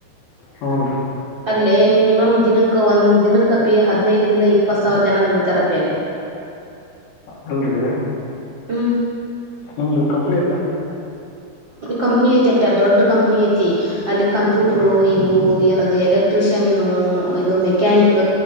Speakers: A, on the left (about 75°); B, on the right (about 35°).
A: ಹುನ್ರ
B: ಲ್ಲಿ ಮಿನಿಮಮ್ ದಿನಕ್ಕ ಒಂದ್ ದಿನಕ್ಕಪಿ ಹದ್ನೈದರಿಂದ ಇಪ್ಪತ್ ಸಾವಿರ ಜನ ದುಡಿತಾರಪ್ಪಿ ಅಲ್ಲಿ
A: ಅಲ್ರೀ
B: ಹ್ಮ
A: ನಿಮ್ದು ಕಂಪನಿ
B: ಕಂಪ್ನಿ ಐತಿ ಅಪ್ಪ ದೊಡ್ಡ ಕಂಪ್ನಿ ಐತಿ ಅಲ್ಲಿ ಕಂಪ್ಯೂಟರು ಇವು ಏನ ಎಲೆಕ್ಟ್ರಿಷನ್ ಇದು ಮೆಕ್ಯಾನಿಕ್